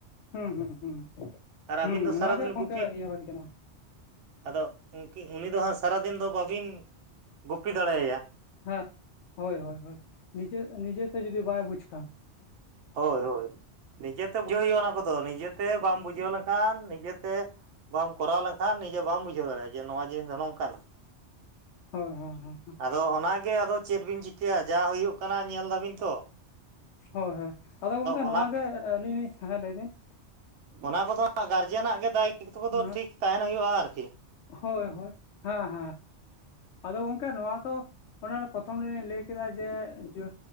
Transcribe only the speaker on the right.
ᱟᱹᱵᱤᱱ
ᱫᱚ ᱥᱟᱨᱟᱫᱤᱱ
ᱜᱩᱯᱤ
ᱟᱫᱚ ᱩᱝᱠᱤ ᱩᱱᱤ ᱫᱚ ᱦᱟᱸᱜ ᱥᱟᱨᱟᱫᱤᱱ ᱫᱚ ᱵᱟᱹᱵᱤᱱ ᱜᱩᱯᱤ ᱫᱟᱲᱮᱭᱟᱭᱟ ᱾
ᱦᱳᱭ ᱦᱳᱭ ᱱᱤᱡᱮᱛᱮ ᱵᱩᱡᱷᱟᱹᱣ ᱦᱩᱭᱩᱜᱼᱟ ᱚᱱᱟ ᱠᱚᱫᱚ ᱱᱤᱡᱮᱛᱮ ᱵᱟᱢ ᱵᱩᱡᱷᱟᱹᱣ ᱞᱮᱝᱠᱷᱟᱱ ᱱᱤᱡᱮᱛᱮ ᱵᱟᱢ ᱠᱚᱨᱟᱣ ᱞᱮᱝᱠᱷᱟᱱ ᱱᱤᱡᱮ ᱵᱟᱢ ᱵᱩᱡᱷᱟᱹᱣ ᱫᱟᱲᱮᱭᱟᱜᱼᱟ ᱡᱮ ᱱᱚᱣᱟ ᱡᱤᱱᱤᱥ ᱫᱚ ᱱᱚᱝᱠᱟᱱᱟ ᱾
ᱟᱫᱚ ᱚᱱᱟᱜᱮ ᱟᱫᱚ ᱪᱮᱫ ᱵᱤᱱ ᱪᱤᱠᱟᱹᱭᱟ ᱡᱟ ᱦᱩᱭᱩᱜ ᱠᱟᱱᱟ ᱧᱮᱞ ᱫᱟᱵᱤᱱ ᱛᱚ ᱾
ᱚᱱᱟ
ᱚᱱᱟ ᱠᱚᱫᱚ ᱦᱟᱜ ᱜᱟᱨᱡᱮᱱᱟᱜ ᱜᱮ ᱫᱟᱭᱤᱛᱛᱚ ᱠᱚᱫᱚ
ᱴᱷᱤᱠ ᱛᱟᱦᱮᱱ ᱦᱩᱭᱩᱜᱼᱟ ᱟᱨᱠᱤ ᱾